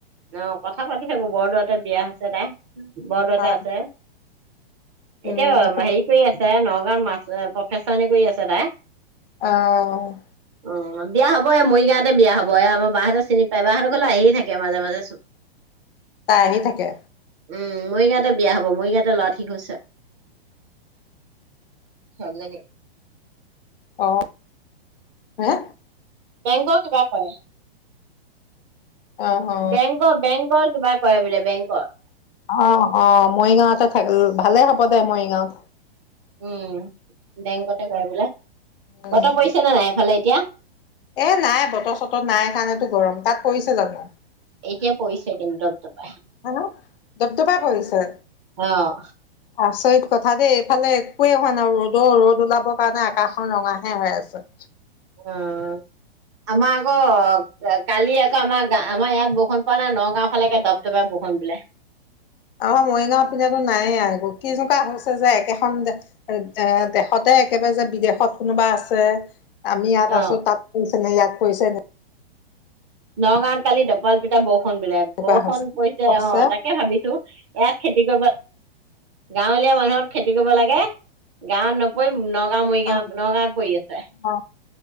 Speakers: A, on the right; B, on the left.
A: অ', কথা পাতি থাকো, বৰদোৱাতে বিয়া হৈছে তাই। বৰদোৱাতে
B: অ
A: আছে,
B: উম
A: এতিয়া হেৰি কৰি আছে। নগাঁৱত মাছ, প্ৰফেচাৰণি কৰি আছে তাই।
B: অ'।
A: অ', বিয়া হ'ব, এই মৰিগাঁৱতে বিয়া হ'ব, এ আমাৰ বাহহঁতে চিনি পায়, বাহঁতৰ ঘৰলে আহি থাকে মাজে, মাজে। <unintelligible>
B: তাই আহি থাকে।
A: উম, মৰিগাঁৱতে বিয়া হ'ব, মৰিগাঁৱতে ল'ৰা ঠিক হৈছে। ছোৱালীজনী।
B: অ'। হে
A: বেংকৰ কিবা কৰে,
B: অ অ
A: বেংকৰ, বেংকৰ কিবা কৰে বোলে বেংকৰ।
B: অ', অ', মৰিগাঁওতে থাক ভালে হ'ব দে মৰিগাঁওত।
A: উম, বেংকতে কৰে বোলে,
B: উম
A: বতৰ পৰিছে নে নাই এফালে এতিয়া?
B: এ নাই বতৰ-চতৰ নাই কাৰণেতো গৰম, তাত পৰিছে জানো?
A: এতিয়া পৰিছে কিন্তু, দপ-দপাই
B: হা দপদপাই পৰিছে
A: অ'।
B: আচৰিত কথা দেই, এইফালে একোৱেই হোৱা নাই, ৰ'দৰ, ৰ'দ ওলাবৰ কাৰণে আকাশখন ৰঙাহে হৈ আছে।
A: উম। আমাৰ আকৌ কালি, আকৌ আমাৰ গা আমাৰ ইয়াত বৰষুণ পোৱা নাই নগাঁও ফালে একে দপ দপাই বৰষুণ দিলে।
B: আমাৰ মৰিগাঁও পিনে নাইয়ে একো, কেনেকোৱা হৈছে যে একেখন এ দেশতে একেবাৰে যে, বিদেশত কোনোবা আছে। আমি ইয়াত
A: অ
B: আছো, তাত পৰিছে নাই ইয়াত পৰিছে নাই।
A: নগাঁৱত কালি দপাল পিতা বৰষুণ বোলে,
B: এনেকুৱা
A: বৰষুণ
B: হৈছে
A: পৰিছে
B: আছে
A: অ', তাকে ভাবিছো। ইয়াত খেতি কৰিব, গাঁৱলীয়া মানুহ খেতি কৰিব লাগে, গাঁৱত নক <unintelligible> নগাঁও, মৰিগাঁও,
B: অ',
A: নগাঁৱত পৰি আছে।
B: অ',